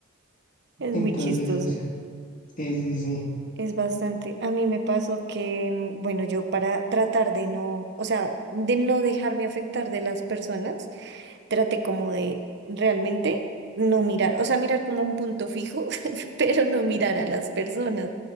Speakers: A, on the right; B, on the left.
A: Es
B: Entonces,
A: muy chistoso,
B: Sí, sí, sí.
A: es bastante. A mí me pasó que, mm, bueno, yo para tratar de no, o sea, de no dejarme afectar de las personas, traté como de realmente no mirar, o sea, mirar como un punto fijo, <laughs> pero no mirar a las personas,